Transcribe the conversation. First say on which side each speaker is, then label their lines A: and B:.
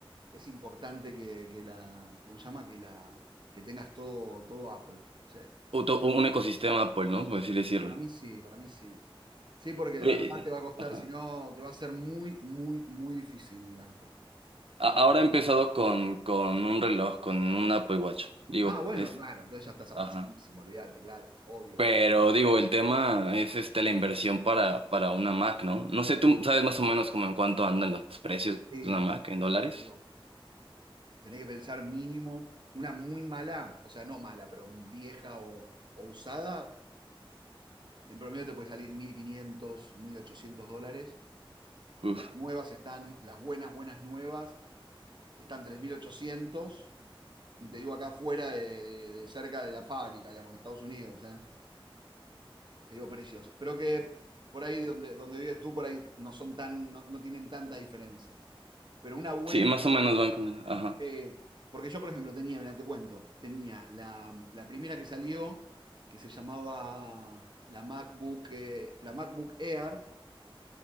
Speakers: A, on the right; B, on the right.
A: es importante que, que la, ¿cómo se llama? Que la, que tengas todo, todo Apple. O sea,
B: Otro- un ecosistema Apple, ¿no? Por así decirlo.
A: para mí sí, para mí sí. Sí, porque de
B: Eh,
A: verdad te va a costar,
B: ajá.
A: si no, te va a ser muy, muy, muy difícil, Ángel.
B: A- ahora
A: Imposible.
B: he empezado con, con un reloj, con un Apple Watch. Digo,
A: Ah, bueno,
B: es,
A: claro, entonces ya estás avanzadísimo,
B: ajá.
A: olvídate, claro, obvio.
B: Pero digo, el tema es este, la inversión para, para una Mac, ¿no? No sé, tú sabes más o menos como en cuánto andan los precios
A: Sí,
B: de una Mac en
A: sí,
B: dólares.
A: amigo, tenés que pensar mínimo una muy mala, o sea, no mala, pero vieja o, o usada, en promedio te puede salir mil quinientos, mil ochocientos dólares.
B: Uf.
A: Las nuevas están, las buenas, buenas nuevas, están 3.800. Y te digo acá afuera de, de, de, cerca de la fábrica, digamos, en Estados Unidos. ¿eh? Te digo precios. Pero que por ahí donde, donde vives tú, por ahí no son tan, no, no tienen tanta diferencia. Pero una buena,
B: Sí, más o menos van con el... Ajá.
A: Eh, porque yo, por ejemplo, tenía, mira, te cuento, tenía la, la primera que salió, que se llamaba la MacBook, eh, la MacBook Air,